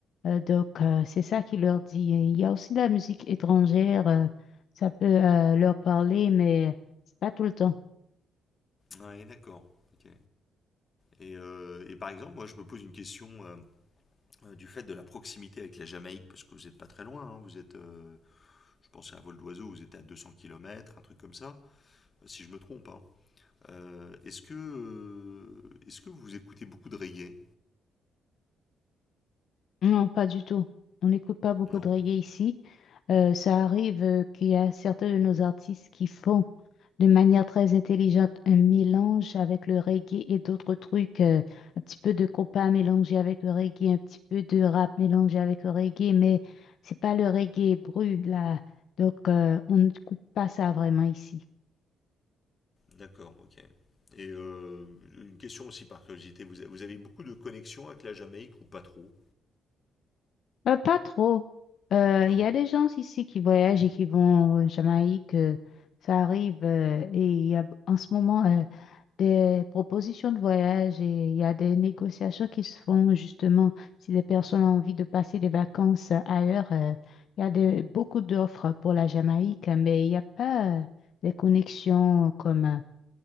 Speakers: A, on the left (about 65°); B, on the left (about 35°).
A: Euh, donc, euh, c'est ça qui leur dit. Et Il y a aussi de la musique étrangère. euh, ça peut euh, leur parler, mais c'est pas tout le temps.
B: Ouais, d'accord. Ok. Et, euh, et, par exemple, moi, je me pose une question euh, euh, du fait de la proximité avec la Jamaïque, parce que vous n'êtes pas très loin. Hein, vous êtes, euh, je pensais à vol d'oiseau, vous êtes à 200 kilomètres un truc comme ça, euh, si je me trompe. Hein. Euh, est-ce que, euh, est-ce que vous écoutez beaucoup de reggae
A: Non, pas du tout. On n'écoute pas beaucoup
B: Non,
A: de reggae ici. Euh, ça arrive euh, qu'il y a certains de nos artistes qui font de manière très intelligente un mélange avec le reggae et d'autres trucs, euh, un petit peu de compas mélangé avec le reggae, un petit peu de rap mélangé avec le reggae, mais c'est pas le reggae brut là. Donc euh, on n'écoute pas ça vraiment ici.
B: D'accord, ok. Et euh, une question aussi par curiosité, vous, a- vous avez beaucoup de connexions avec la Jamaïque ou pas trop?
A: Euh, pas trop. Euh,
B: Non?
A: Il y a des gens ici qui voyagent et qui vont en Jamaïque. euh, ça arrive euh, et il y a en ce moment. euh, des propositions de voyage et il y a des négociations qui se font justement si les personnes ont envie de passer des vacances ailleurs. euh, il y a des, beaucoup d'offres pour la Jamaïque, mais il n'y a pas euh, des connexions comme euh,